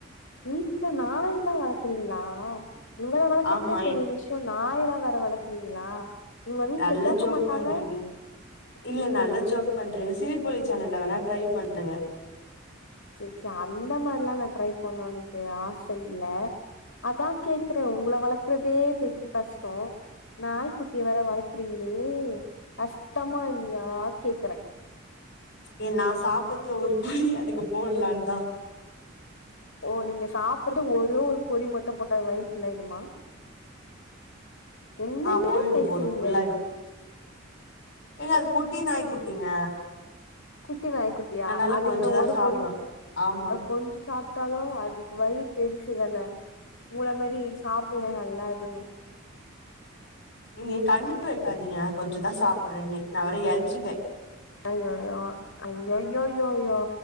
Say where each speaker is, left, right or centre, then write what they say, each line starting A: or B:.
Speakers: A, on the left; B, on the left.
A: வீட்ல நாய்ல்லா வளக்கறீங்களா உங்கள வளக்கற்தே
B: ஆமா
A: பெரிய
B: எ-
A: விஷ்யோ நாய் வேற வளர்க்குறீங்களா உங்க வீட்டுல
B: நல்ல
A: கேட்க
B: ஜோக்
A: மாட்டாங்க
B: பண்றீங்க இல்ல நல்லா ஜோக் பண்றீங்க சிரிப்பொழி சேனல்ல வேணா டரை பண்ணுங்க
A: சே சே அந்த மாதிரி எல்லாம் நான் ட்ரை பண்ணனும் எனக்கு ஆசை இல்ல அதா கேக்குறேன் உங்களை வளர்க்கறதே பெரிய கஷ்டம் நாய்க்குட்டிய வேர வளர்க்கறீங்களே கஷ்டமா இல்லையா கேக்குறேன்
B: ஏன் நா சாப்படுதுல ஒரு குலி அதுக்கு போடலான் தா
A: ஓ நீங்க சாப்படுறது ஒரு ஒரு பொறி மட்டும் போட்டு வயிறு புல்லாகிடுமா என்னங்க
B: ஆ போயிடு
A: பேசிறீங்க
B: போது ஃபுல்லாயிடு ஏங்க அது குட்டி நாய்க் குட்டிங்க
A: குட்டி நாய்க் குட்டியா
B: அதனால
A: அதுக்கு
B: கொஞ்சதா
A: என்ன ஒரு
B: சாப்டு
A: பொரு
B: ஆமா
A: கொஞ்சம் சாப்பிட்டாலும் அதுக்கு வயிறு பெருசு தானே உங்கள மாதரி சாப்ப நல்லா அது
B: ஏ கண்ணு வைக்காதீங்க கொஞ்சதா சாப்பிடுறேன்னு நான் வர எழுச்சிட்டேன்
A: அயயயோ அயோயோயோயோ